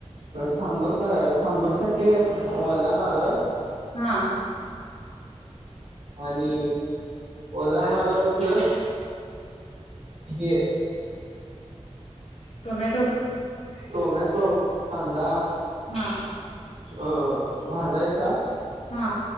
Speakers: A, on the right (about 80°); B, on the left (about 80°).
A: सांबर का सांबर साठी वल्ल नारळ
B: हा
A: आणि ओला नारळ प्लस हे
B: टोमॅटो
A: टोमॅटो कांदा
B: हा
A: अ भाजायचा
B: हा